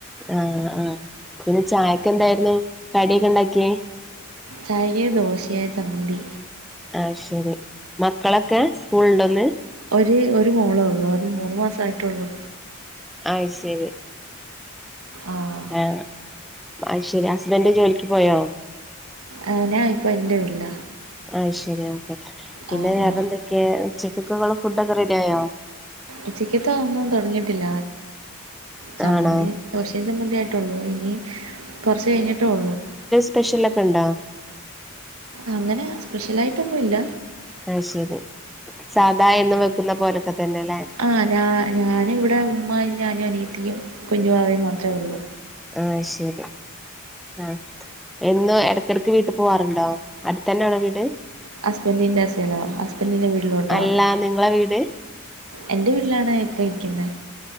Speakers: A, in the centre; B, on the right (about 85°).
A: ആ ആ പിന്നെ ചായക്ക്‌ എന്തായിരുന്നു കടിയൊക്കെ ഇണ്ടാക്കിയെ
B: ചായക്ക്‌ ദോശയ ചമ്മന്തി
A: അഹ് ശരി മക്കളൊക്കെ സ്കൂൾണ്ടോന്ന്
B: ഒര് ഒരു മോളേള്ളൂ അത് മൂന്ന് മാസയിട്ടെള്ളൂ
A: അയ് ശരി
B: ആഹ്
A: ഏ അയ് ശരി ഹസ്ബന്റ് ജോലിക്ക് പോയോ
B: ആ ഞാ ഇപ്പൊ ന്റെ വീട്ല
A: ആഹ് ശരി ആ പിന്നെ
B: ആഹ്
A: വേറെ
B: ആഹ്
A: എന്തൊക്കെ ഉച്ചക്കക്ള്ള ഫുഡൊക്കെ റെഡി ആയോ
B: ഉച്ചക്കത്തെ ഒന്നും തുടങ്ങിട്ടില്ല ചമ്മന്തി
A: ആണോ
B: ദോഷിം ചമ്മന്തി ആയിട്ടുള്ളു ഇനി കൊറച്ച് കഴിഞ്ഞിട്ടേ ഉള്ളു
A: സ്പെഷ്യലൊക്കെണ്ടോ
B: അങ്ങനെ സ്പെഷ്യലായിട്ടൊന്നുംല്ല
A: ആയ് ശരി സാദാ എന്നും വെക്കുന്ന പോലൊക്കെ തന്നെ ലെ
B: ആ ഞാ ഞാനിവിടെ ഉമ്മായും ഞാനും അനിയത്തിയും കുഞ്ഞു വാവയും മാത്രെ ഉള്ളൂ
A: ആഹ് ശരി ആഹ് എന്നും എടക്കടക്ക് വീട്ടി പോവാറുണ്ടോ അടുത്തന്നെയാണോ വീട്
B: ഹസ്ബൻഡിന്റെ അസേലോ ഹസ്ബൻറ്റിന്റെ വീട്ടിലോട്ടോ
A: അല്ല നിങ്ങളെ വീട്
B: എന്റെ വീട്ടിലാണ് ഇപ്പം നിക്കുന്നെ